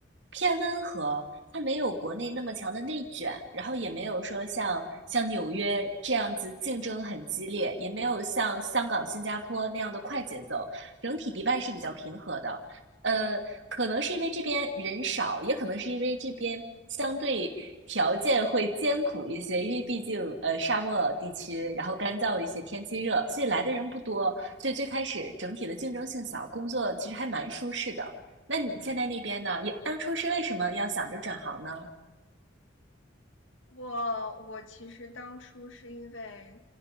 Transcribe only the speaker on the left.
我我其实当初是因为